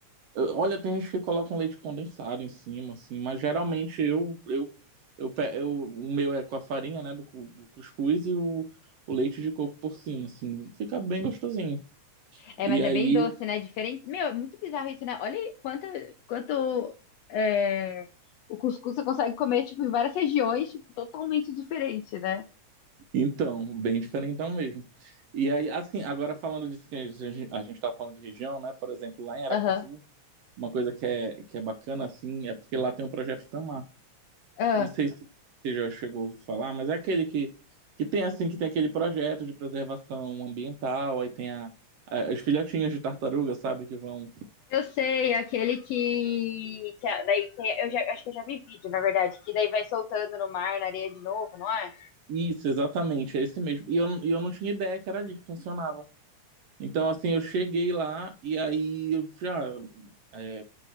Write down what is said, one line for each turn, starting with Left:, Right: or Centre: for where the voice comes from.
Right: Eu- Olha, tem gente que coloca um leite condensado em cima, assim, mas geralmente eu, eu, eu, pe- eu- o meu é com a farinha, né, do, cu- do cuscuz e o, o leite de coco por cima, assim, fica bem gostosinho.
Left: É,
Right: E
Left: mas
Right: aí,
Left: é bem doce, né? Diferente. Meu, é muito bizarro isso, né? Olha aí quanto, quanto é, o cuscuz você consegue comer, tipo, em várias regiões, tipo, totalmente diferente, né?
Right: então, bem diferentão mesmo. E aí, assim, agora falando disso que a gente, a gente tá falando de região, né, por exemplo, lá em Aracaju,
Left: Aham.
Right: uma coisa que é, que é bacana, assim, é porque lá tem o projeto Tamar.
Left: Ah.
Right: Eu não sei se você já chegou a ouvir falar, mas é aquele que, que tem assim, que tem aquele projeto de preservação ambiental, aí tem a, a- as filhotinhas de tartaruga, sabe, que vão.
Left: Eu sei, aquele que, que a- daí tem, eu já, acho que eu já vi vídeo, na verdade, que daí vai soltando no mar, na areia de novo, não é?
Right: Isso, exatamente, é esse mesmo. E eu, e eu não tinha ideia que era ali que funcionava. Então, assim, eu cheguei lá e aí eu já é, O